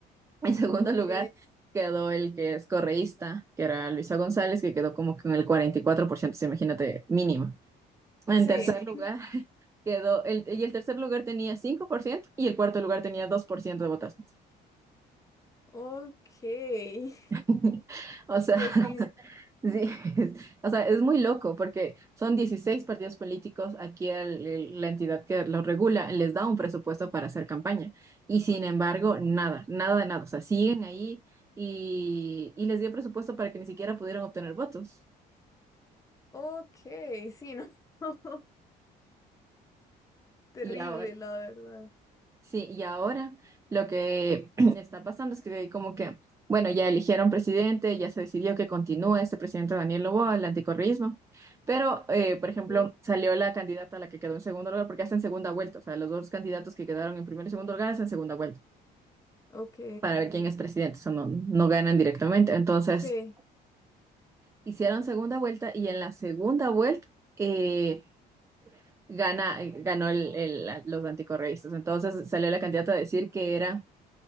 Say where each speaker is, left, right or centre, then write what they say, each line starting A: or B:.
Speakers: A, on the right; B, on the left.
A: en segundo
B: ok.
A: lugar quedó el que es correísta, que era Luisa González, que quedó como con el 44%, sí, imagínate, mínimo. En
B: Sí,
A: tercer lugar <laughs> quedó, el, y el tercer lugar tenía 5% y el cuarto lugar tenía 2% de votantes.
B: ok. <laughs>
A: <laughs> O sea,
B: Pues sí,
A: Sí, <laughs> o sea, es muy loco porque son 16 partidos políticos, aquí el- el- la entidad que los regula les da un presupuesto para hacer campaña y sin embargo, nada, nada de nada, o sea, siguen ahí y, y les dio presupuesto para que ni siquiera pudieran obtener votos.
B: ok, sí, no. <laughs> Terrible,
A: Y ahora,
B: la verdad.
A: Sí, y ahora lo que <clears throat> está pasando es que como que, bueno, ya eligieron presidente, ya se decidió que continúe este presidente Daniel Loboa, el anticorrismo, pero, eh, por
B: Ok,
A: ejemplo, salió la candidata a la que quedó en segundo lugar, porque hacen segunda vuelta, o sea, los dos candidatos que quedaron en primer y segundo lugar hacen segunda vuelta
B: ok.
A: para ver quién es presidente, o sea, no, no ganan directamente. Entonces,
B: Sí,
A: hicieron segunda vuelta y en la segunda vuelta eh, gana, eh, ganó el, el- los anticorreístas. Entonces, salió la candidata a decir que era